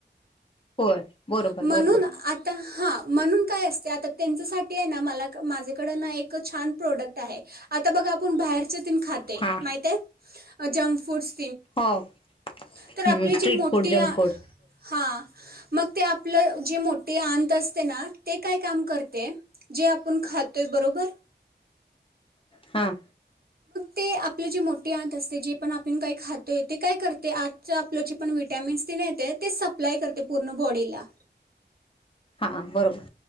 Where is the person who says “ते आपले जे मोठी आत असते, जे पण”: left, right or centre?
Right